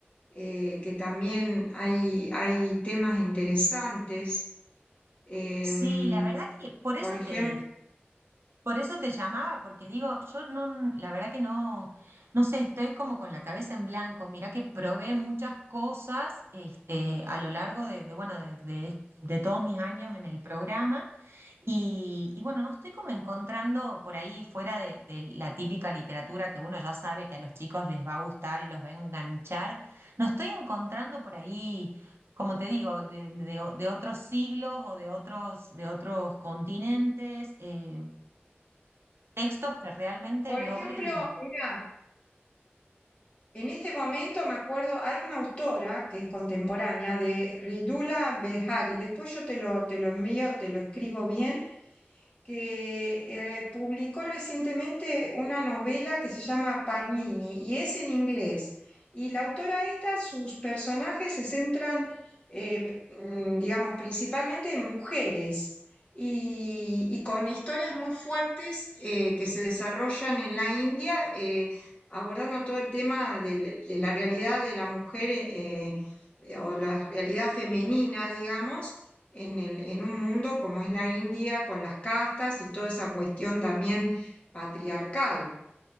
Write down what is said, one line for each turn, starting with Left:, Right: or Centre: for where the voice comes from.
Left: eh, que también hay, hay temas interesantes. em,
Right: Sí, la verdad que por eso
Left: por ejemplo
Right: te, por eso te llamaba, porque digo, yo no, la verdad que no, no sé, estoy como con la cabeza en blanco. Mirá que probé muchas cosas este, a lo largo de, de, bueno, de, de- de todos mis años en el programa. Y, y bueno, no estoy como encontrando por ahí fuera de, de la típica literatura que uno ya sabe que a los chicos les va a gustar y los va a enganchar. No estoy encontrando por ahí, como te digo, de, de- de otros siglos o de otros, de otros continentes. eh, textos que realmente
Left: por
Right: logren.
Left: ejemplo, mira, en este momento me acuerdo, hay una autora que es contemporánea de Ridula Behari, después yo te lo, te lo envío, te lo escribo bien, que eh, publicó recientemente una novela que se llama Panini y es en inglés. Y la autora esta, sus personajes se centran, eh, mm, digamos, principalmente en mujeres y, y con historias muy fuertes eh, que se desarrollan en la India, eh, abordando todo el tema del- de, la realidad de la mujer eh, eh, o la realidad femenina, digamos en el, en un mundo como es la India, con las castas y toda esa cuestión también patriarcal.